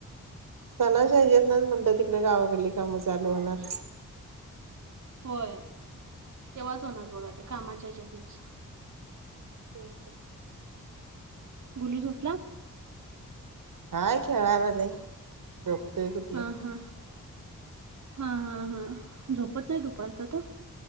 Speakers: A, on the right; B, on the right.
A: सणा ना म्हणत तिकडे गावाकडली कामं चालू होणार.
B: होय तेव्हाच होणार बघा ते कामाच्या ह्यच्यातूनच.
A: नम
B: गुलू झोपला.
A: काय खेळणार ते. प्र्येक
B: हा हा हा हा हा झोपत नाही दुपारच तो.